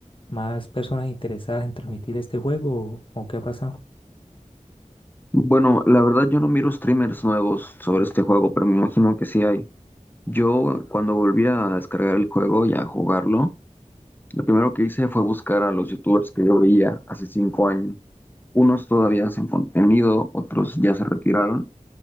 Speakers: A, on the left (about 45°); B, on the left (about 15°).
A: más personas interesadas en transmitir este juego o, o qué ha pasado.
B: Bueno, la verdad yo no miro streamers nuevos sobre este juego, pero me imagino que sí hay. Yo cuando volví a descargar el juego y a jugarlo, lo primero que hice fue buscar a los youtubers que yo veía hace cinco años. Unos todavía sin contenido, otros ya se retiraron,